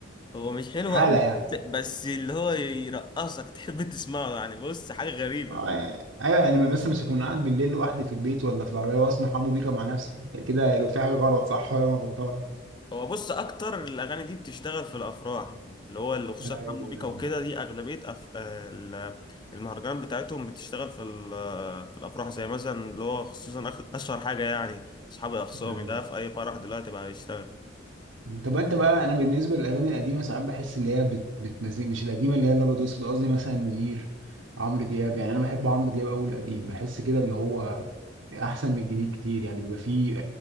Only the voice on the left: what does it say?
هو مش حلو
قوي
بس اللي هو يرقصك تحب تسمعه يعني بص حاجة غريبة
هو بص اكتر الاغاني دي بتشتغل في الافراح اللي هو اللي خصوصا
حمو بيكا وكده دي اغلبيه أف... آه، ال- المهرجانات بتاعتهم بتشتغل في ال- آه، في الافراح زي مثلا اللي هو خصوصا أخ- اشهر حاجه يعني اصحابي اخصامي
ده في اي فرح دلوقتي بقى بيشتغل